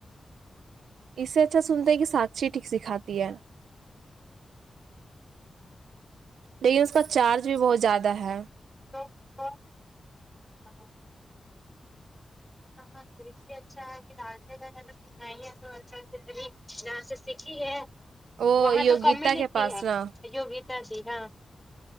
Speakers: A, on the right; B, in the centre.
A: اس سے اچھا سنتا ہے کہ ساچھیی ٹھیک سکھاتی ہے لیکن اس کا چارج بھی بہت زیادہ تا ہے
B: تو ہاں <unintelligible> ہاں <unintelligible> اچھا ہے کہ ڈانس اسکھائیں ہے تو اچھا سے ڈانس سیکھی ہے
A: وہ
B: وہاں
A: یوگیتا
B: تو کم ہی لیتی
A: کے پاس
B: ہے
A: نا
B: یوگتا ج ہاں